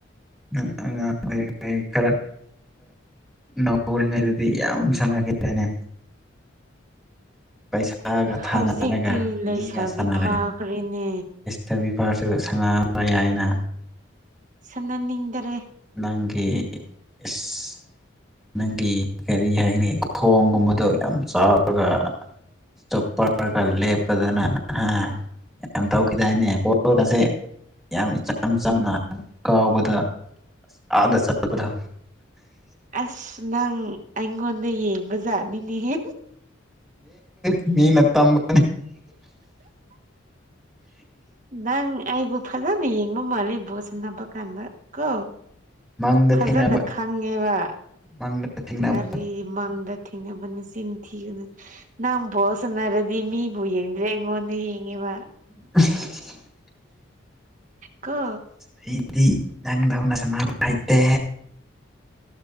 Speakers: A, in the centre; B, on the right (about 40°).
A: <unintelligible> ꯈꯔ ꯅꯧꯔꯤꯉꯩꯗꯗꯤ ꯌꯥꯝ ꯁꯥꯟꯅꯈꯤꯗꯥꯏꯅꯦ ꯄꯩꯁꯥꯒ ꯊꯥꯅꯔꯒ
B: ꯍꯧꯖꯤꯛꯇꯤ ꯂꯩꯁꯥꯕꯤ
A: ꯃꯤꯒ ꯁꯥꯟꯅꯔꯒ
B: ꯐꯥꯈ꯭ꯔꯦꯅꯦ
A: ꯆꯕꯤ ꯄꯥꯔꯁꯨ ꯁꯥꯟꯅꯕ ꯌꯥꯏꯅ
B: ꯁꯟꯅꯅꯤꯗ꯭ꯔꯦ
A: ꯅꯪꯒꯤ ꯏꯁ ꯅꯪꯒꯤ ꯀꯔꯤ ꯍꯥꯏꯒꯅꯤ ꯈꯣꯡꯒꯨꯝꯕꯗꯣ ꯌꯥꯝ ꯆꯥꯎꯔꯒ ꯏꯁꯇꯣꯞꯄꯔꯒ ꯂꯦꯞꯄꯗꯅ ꯑ ꯌꯥꯝ ꯇꯧꯈꯤꯗꯥꯏꯅꯦ ꯕꯒꯁꯦ ꯌꯥꯝ ꯏꯆꯝ ꯆꯝꯅ ꯀꯥꯎꯕꯗ ꯑꯗ ꯆꯠꯄꯗ
B: ꯑꯁ ꯅꯪ ꯑꯩꯉꯣꯟꯗ ꯌꯦꯡꯕ ꯖꯥꯠꯅꯤꯅꯦꯍꯦ
A: ꯃꯤꯅ ꯇꯝꯕ
B: ꯅꯪ ꯑꯩꯕꯨ ꯐꯖꯅ ꯌꯦꯡꯕ ꯃꯥꯜꯂꯦ ꯕꯣꯜ ꯁꯥꯟꯅꯕ ꯀꯅꯗ ꯀꯣ
A: ꯃꯪꯗ
B: ꯐꯖꯅ
A: ꯊꯦꯡꯅꯕ
B: ꯈꯪꯉꯦꯕ
A: ꯃꯪꯗ ꯊꯦꯡꯅꯕ
B: ꯀꯔꯤ ꯃꯥꯡꯗ ꯊꯦꯡꯅꯕꯅ ꯆꯤꯟ ꯊꯤꯒꯅꯨ ꯅꯪ ꯕꯣꯜ ꯁꯟꯅꯔꯗꯤ ꯃꯤꯕꯨ ꯌꯦꯡꯗ꯭ꯔꯦ ꯑꯩꯉꯣꯟꯗ ꯌꯦꯡꯉꯤꯕ
A: <unintelligible>
B: ꯀꯣ
A: ꯑꯩꯗꯤ ꯅꯪꯗꯧꯅ ꯁꯥꯟꯅꯕ ꯍꯩꯇꯦ